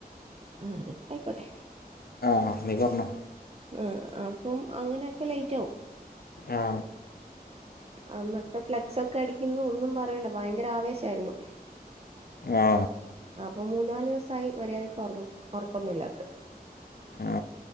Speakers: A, on the right; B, on the left.
A: ആ അത് കേട്ടായിക്കോട്ടെ
B: ആ നീ പറന്നോ
A: ആ അപ്പം അങ്ങനെയൊക്കെ ലേറ്റ് ആവും
B: ആ
A: ആന്നത്ത ഫ്ലെക്സ് ഒക്കെ അടിക്കുന്നു ഒന്നും പറയണ്ട ഭയങ്കര ആവേശായിരുന്നു <unintelligible>
B: ആ
A: അപ്പം മൂന്നാല് ദിവസായി മര്യാദയ്ക്ക് ഒറങ് ഒറക്കൊന്നില്ലാത്ത
B: ആ